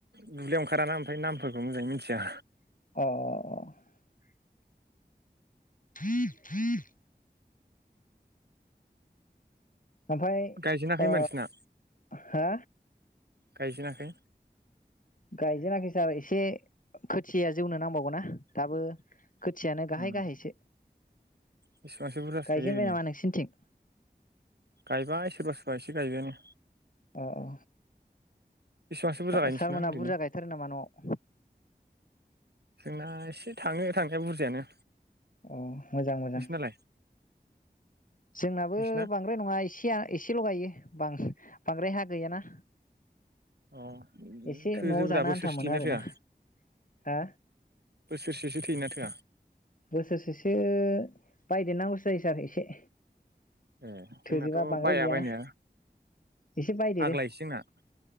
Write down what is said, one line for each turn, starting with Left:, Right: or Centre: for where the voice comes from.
Right: दुब्लियाव ओंखाराना ओमफ्राय नामफोरखौ मोजाङै मिथिया।
Left: अ अ अ। <inaudible> आमफाय
Right: गायजेनाखै
Left: ओ
Right: होनबा नोंसिना
Left: हो
Right: गायजेनाखै?
Left: गायजेनाखै सार एसे खोथिया जौनो नांबावगौना दाबो। खोथियानो
Right: उम
Left: गाहाय गाहायसो
Right: बेसेबांसो बुरजासो
Left: गायजेनबाय
Right: गायो ओरैनो
Left: नामा नोंसिनिथिं?
Right: गायबाय सोरबा सोरबा एसे गायबायानो।
Left: अ औ
Right: बेसेबांसो बुरजा
Left: सार
Right: गायो नोंसिना
Left: सारमोनहा
Right: ओरैनो
Left: बुरजा गायथारो नामा न'आव?
Right: जोंना एसे थाङो थांनाया बुरजायानो।
Left: अ मोजां मोजां।
Right: नोंसिनालाय
Left: जोंनाबो
Right: नोंसिना
Left: बांद्राय नङा एसेया एसेल' गायो बां बांद्राय हा गैयाना।
Right: अ
Left: एसे
Right: थोजोब्रा
Left: न'आव जानो
Right: बोसोरसे
Left: आन्था मोनो
Right: थैयोना
Left: आरोना
Right: थोआ
Left: हा
Right: बोसोरसेसो थैयोना थोआ?
Left: बोसोरसेसो बायदेरनांगौसो जायोसार एसे।
Right: ए जोंनाथ'
Left: थोजोबा बांद्राय
Right: बाया
Left: गैयाना
Right: बायनाया
Left: एसे बायदेरो
Right: आग्लायोसो जोंना ।